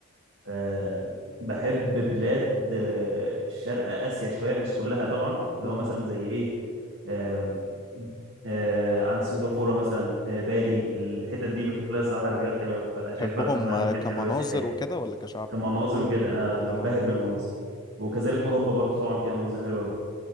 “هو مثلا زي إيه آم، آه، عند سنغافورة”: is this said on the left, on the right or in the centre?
Right